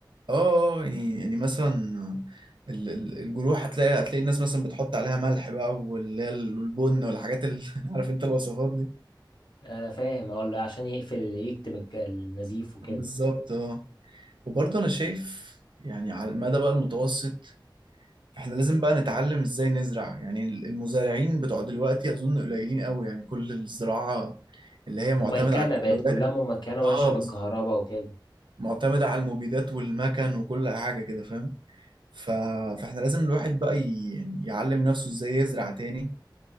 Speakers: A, on the right; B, on the left.
A: اه اه يعني يعني مثلا ال- ال- الجروح هتلاقي هتلاقي الناس مثلا بتحط عليها ملح بقى واللي هي البن والحاجات اللي <laughs> عارف انت الوصفات دي
B: انا فاهم اه اللي عشان يقفل يكتم الج- النزيف وكده
A: بالظبط اه وبرضه انا شايف يعني على المدى بقى المتوسط احنا لازم بقى نتعلم ازاي نزرع يعني ال- المزارعين بتوع دلوقتي اظن قليلين قوي يعني كل الزراعة اللي هي
B: مميكنه
A: معتمدة على الكيماويات
B: بقت كلها مميكنه ماشيه
A: اه
B: بالكهرباء
A: بالظبط
B: وكده
A: معتمدة على المبيدات والمكن وكل حاجة كده فاهم ف... فاحنا لازم الواحد بقى ي... يعني يعلم نفسه ازاي يزرع تاني